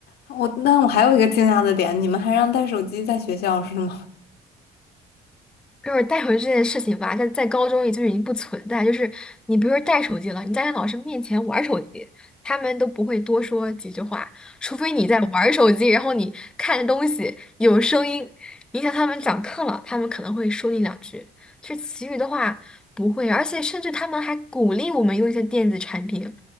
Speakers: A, on the left; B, in the centre.
A: 我，那我还有一个惊讶的点，你们还让带手机在学校是吗？
B: 就是带回去这件事情吧，在在高中也就已经不存在。就是你比如说带手机了，你在老师面前玩手机，他们都不会多说几句话，除非你在玩手机，然后你看东西有声音，影响他们讲课了，他们可能会说你两句。就其余的话不会，而且甚至他们还鼓励我们用一些电子产品，